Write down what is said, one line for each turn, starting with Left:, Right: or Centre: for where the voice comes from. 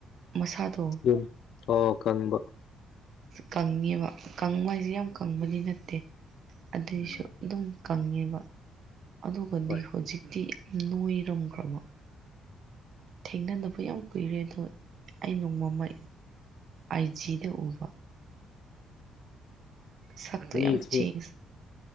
Right: ꯃꯁꯥꯗꯣ
Left: ꯌꯨꯝ ꯑꯣ ꯀꯪꯕ
Right: ꯀꯪꯉꯦꯕ ꯀꯪꯕ ꯍꯥꯏꯁꯦ ꯌꯥꯝ ꯀꯪꯕꯗꯤ ꯅꯠꯇꯦ ꯑꯗꯨꯏꯁꯨ
Left: ꯎꯝ
Right: ꯑꯗꯨꯝ ꯀꯪꯉꯦꯕ ꯑꯗꯨꯒꯗꯤ
Left: ꯍꯣꯏ
Right: ꯍꯧꯖꯤꯛꯇꯤ ꯌꯥꯝ ꯅꯣꯏꯔꯝꯈ꯭ꯔꯕ ꯊꯦꯡꯅꯗꯕ ꯌꯥꯝ ꯀꯨꯏꯔꯦ ꯑꯗꯣ ꯑꯩ ꯅꯣꯡꯃ ꯑꯏꯖꯤꯗ ꯎꯕ ꯁꯛꯇꯣ
Left: ꯃꯤꯁꯦ
Right: ꯌꯥꯝ ꯆꯦꯟꯖ